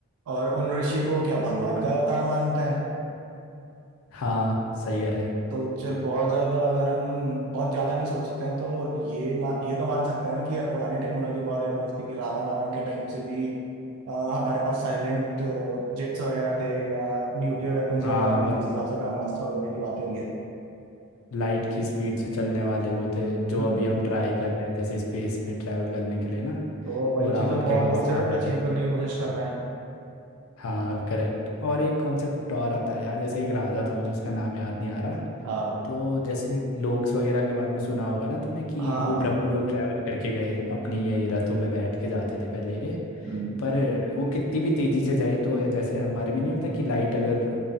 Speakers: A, on the right (about 90°); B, on the left (about 75°).
A: और उन ऋषि को क्या भगवान का अवतार मानते हैं
B: हाँ सही कह रहा है
A: तो चल बहुत ज्यादा अगर हम बहुत ज्यादा नहीं सोचते हैं तो ये मा, ये तो मान सकते हैं ना कि यार पुरानी टेक्नोलॉजी बहुत एडवांस थी कि रावण आवन के टाइम से भी अ, हमारे पास साइलेंट जेट्स वगैरह थे या न्यूक्लियर वेपन्स
B: हाँ
A: वगैरह
B: मत
A: थे जिस हिसाब से ब्रह्मास्त्र वगैरह की बात हो रही है
B: लाइट की स्पीड से चलने वाले वो थे जो
A: हम्म
B: अभी हम ट्राई कर रहे हैं जैसे स्पेस में ट्रैवल करने के लिए ना
A: तो वही
B: वो
A: चीज
B: रावण
A: हम वॉर्म
B: के पास
A: होल से
B: था पहले
A: अचीव करने की कोशिश कर रहे हैं
B: हाँ करेक्ट और एक कॉन्सेप्ट और आता है यार जैसे एक राजा था मुझे उसका नाम याद नहीं आ रहा
A: हाँ
B: तो जैसे लोक्स वगैरह के बारे में सुना होगा ना तूने कि
A: हाँ हाँ
B: वो
A: हाँ,
B: ब्रह्मलोक ट्रैवल करके गए अपनी यही रथों में बैठ के जाते थे पहले ये।
A: हम्म
B: पर वो कितनी भी तेजी से जाए तो ये जैसे हमारे में नहीं होता कि लाइट अगर